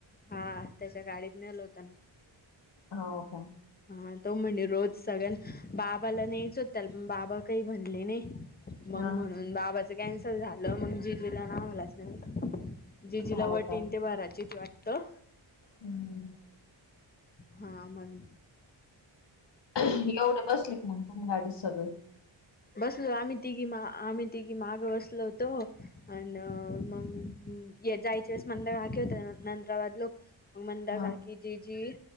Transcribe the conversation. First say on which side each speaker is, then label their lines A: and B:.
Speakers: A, on the left; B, on the left.
A: हा त्याच्या गाडीत नेल होत ना,
B: हाव का.
A: हा तो म्हणजे रोज सगळ्यां बाबाला नाहीच होत पण बाबा काही म्हणले नाही. मग
B: हा.
A: म्हणून बाबाच कॅन्सल मग जीजूला आम्हाला स्नेहाव जिजु ला
B: हो
A: व
B: का.
A: तीन ते बाराची वाटतं
B: हम्म
A: हा म्हण
B: एवढे बसले क मग तुम आदी सगळ
A: बसल आम्ही तिघी मा आम्ही तिघी मागं बसलो होतो अन मग जायचेस मंद घाकी होते नंतराबाद लोक मंदार
B: हा.
A: घाकी जी जी